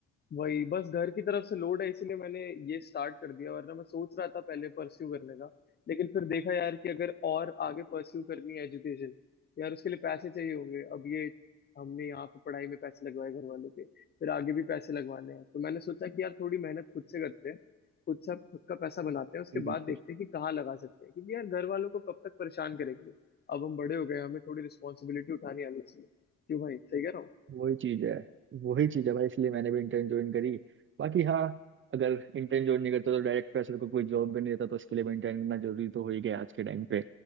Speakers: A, on the left; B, on the right.
A: वही बस घर की तरफ से लोड है इसीलिए मैंने ये स्टार्ट कर दिया वरना मैं सोच रहा था पहले परस्यू करने का लेकिन फिर देखा यार कि अगर और आगे परस्यू करनी है एजुकेशन यार उसके लिए पैसे चाहिए होंगे अब ये हमने यहाँ पे पढ़ाई में पैसे लगवाए घर वालों के फिर आगे भी पैसे लगवाने हैं तो मैंने सोचा कि यार थोड़ी मेहनत खुद से करते हैं खुद से खुद का पैसा बनाते हैं उसके
B: बिल्कुल
A: बाद
B: बिल्कुल
A: देखते हैं कि कहाँ लगा सकते हैं क्योंकि यार घर वालों को कब तक परेशान करेंगे अब हम बड़े हो गए हमें थोड़ी रिस्पॉन्सिबिलिटी उठानी आनी चाहिए क्यों भाई सही कह रहा हूँ
B: वही चीज है वही चीज है भाई इसलिए मैंने भी इंटर्न ज्वाइन करी बाकी हाँ अगर इंटर्न ज्वाइन नहीं करता तो डायरेक्ट प्रेशर को कोई जॉब भी नहीं देता तो उसके लिए भी इंटर्न करना जरूरी तो हो ही गया आज के टाइम पे